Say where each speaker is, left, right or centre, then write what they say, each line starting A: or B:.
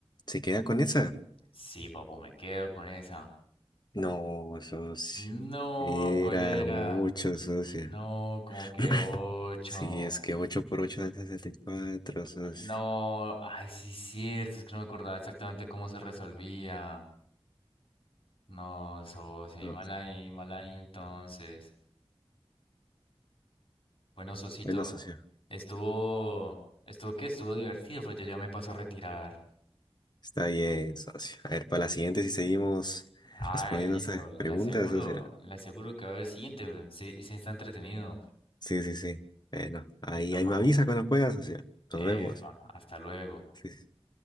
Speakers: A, on the left; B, on the left.
A: ¿Se queda con esa?
B: Sí, papu, me quedo con esa.
A: No, socio.
B: No,
A: Era
B: ¿cuál era?
A: ocho socio.
B: No, como que
A: <clears throat>
B: ocho.
A: Sí, es que 8 por ocho dan sesenta y cuatro socio.
B: No, ay, sí, cierto, es que no me acordaba exactamente cómo se resolvía. No, socio, y
A: No,
B: mal ahí, mal ahí entonces. Bueno, socito,
A: Bueno, socio.
B: estuvo, estuvo que estuvo divertido, pero yo ya me paso a retirar.
A: Está bien, socio. A ver, para la siguiente, si seguimos
B: Ah,
A: respondiendo
B: vale, listo,
A: esas
B: le
A: preguntas,
B: aseguro,
A: socio.
B: le aseguro que va a haber siguiente, sí, sí está entretenido.
A: Sí, sí, sí. Bueno, ahí,
B: Listo,
A: ahí
B: papo.
A: me avisa cuando pueda, socio.
B: Epa,
A: Nos vemos.
B: hasta luego.
A: Sí, sí. sí.